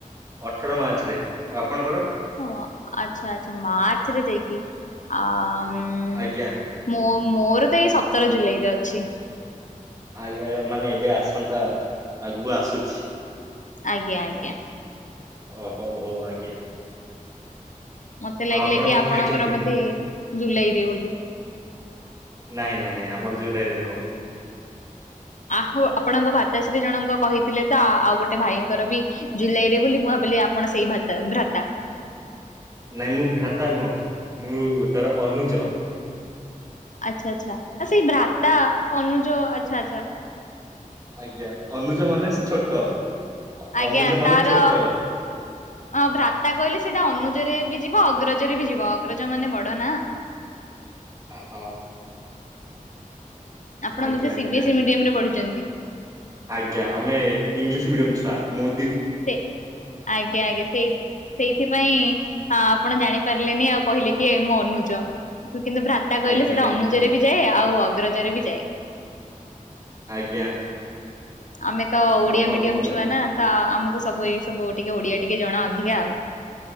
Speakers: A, on the right; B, on the left.
A: ଅଠର ମାର୍ଚ୍ଚରେ ଆଉ ଆପଣଙ୍କର?
B: ହ ଆଚ୍ଛା-ଆଚ୍ଛା ମାର୍ଚ୍ଚରେ ଯାଇକି ଆ ହୁଁ
A: ଆଜ୍ଞା
B: ମୋ ମୋର ତ ଏଇ ସତର ଜୁଲାଇରେ ଅଛି।
A: ଆଜ୍ଞା! ମାନେ ଏବେ ଆସନ୍ତା ଆଗକୁ ଆସୁଛି।
B: ଆଜ୍ଞା-ଆଜ୍ଞା।
A: ଓ ହଉ-ହଉ ଆଜ୍ଞା।
B: ମତେ ଲାଗିଲା
A: ଆଉ ଆପଣ
B: କି
A: କଣ
B: ଆପଣଙ୍କର
A: ଖାଇଛନ୍ତି?
B: ବୋଧେ ଜୁଲାଇରେ ବୋଲି।
A: ନାଇଁ ନାଇଁ ନାଇଁ ଆମର ଜୁଲାଇରେ ନୁହଁ।
B: ଆହୋ ଆପଣଙ୍କ ଭତାଶ୍ରୀ ଜଣଙ୍କ କହିଥିଲେ ତ ଆଉ ଗୋଟେ ଭାଇଙ୍କର ବି ଜୁଲାଇରେ ବୋଲି ମୁଁ ଭାବି ବୋଲି ଆପଣ ସେଇ ଭତା ଭ୍ରାତା।
A: ନାଇଁ ମୁଁ ଭ୍ରାତା ନୁହଁ ମୁଁ ତାର ଅନୁଜ।
B: ଆଚ୍ଛା-ଆଚ୍ଛା ସେ ଭ୍ରାତା ଅନୁଜ ଆଚ୍ଛା-ଆଚ୍ଛା।
A: ଆଜ୍ଞା! ଅନୁଜ ମାନେ ଛୋଟ।
B: ଆଜ୍ଞା!
A: ଅନୁଜ ମାନେ
B: ତାର
A: ଛୋଟ
B: ଅ ଭ୍ରାତା କହିଲେ ସେଇଟା ଅନୁଜରେ ବି ଯିବ ଅଗ୍ରଜରେ ବି ଯିବ। ଅଗ୍ରଜ ମାନେ ବଡ ନା।
A: ଓ ହୋ।
B: ଆପଣ
A: ଆଜ୍ଞା
B: ବୋଧେ ସିବିଏସ୍ଇ
A: ଆଜ୍ଞା
B: ମିଡିୟମ ରେ ପଢିଛନ୍ତି
A: ଆଜ୍ଞା ଆମେ ଇଂଲିଶ ମିଡିୟମ ଛୁ ତା ମୁଁ
B: ସେ ଆଜ୍ଞା ଆଜ୍ଞା ସେଇ ସେଇଥିପାଇଁ ଆପଣ ଜାଣି ପାରିଲେନି ଆଉ କହିଲେ କି ଏ ମୁଁ ଅନୁଜ କିନ୍ତୁ ଭ୍ରାତା କହିଲେ
A: ଆଜ୍ଞା
B: ସେଇଟା
A: ଆଜ୍ଞା
B: ଅନୁଜରେ ବି ଯାଏ ଆଉ ଅଗ୍ରଜରେ ବି ଯାଏ।
A: ଆଜ୍ଞା।
B: ଆମେ ତ ଓଡିଆ
A: ଆଉ କଣ
B: ମିଡିୟମ
A: କୁହନ୍ତୁ
B: ଛୁଆ
A: ଆଜ୍ଞା
B: ନା ତ ଆମକୁ ସବୁ ଏଇ ସବୁ ଟିକେ ଓଡିଆ ଟିକେ ଜଣା ଅଧିକା ଆଉ।